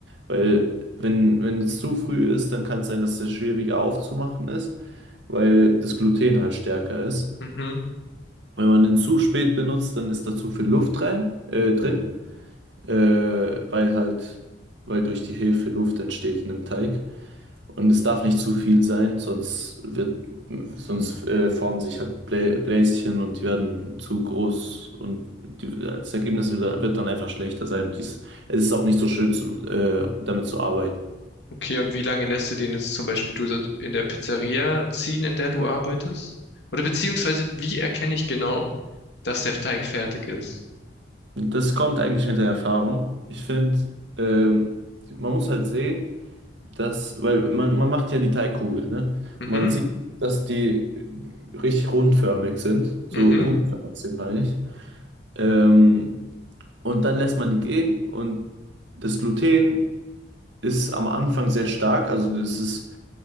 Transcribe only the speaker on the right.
Weil wenn, wenn es zu früh ist, dann kann es sein, dass der schwieriger aufzumachen ist, weil das Gluten halt stärker ist.
Wenn man den zu spät benutzt, dann ist da zu viel Luft rein, äh, drin äh, weil halt, weil durch die Hefe Luft entsteht in dem Teig. Und es darf nicht zu viel sein, sonst wird, sonst äh, formen sich halt Blä Bläschen und die werden zu groß und die, das Ergebnis wird dann wird dann einfach schlechter sein. Und dies, es ist auch nicht so schön, zu, äh, damit zu arbeiten.
Und das kommt eigentlich mit der Erfahrung. Ich finde, ähm, man muss halt sehen, Das, weil man, man macht ja die Teigkugel, ne?
Und man sieht, dass die richtig rundförmig sind, so
kugelförmig sind, meine ich. Ähm, und dann lässt man die gehen und das Gluten ist am Anfang sehr stark, also das ist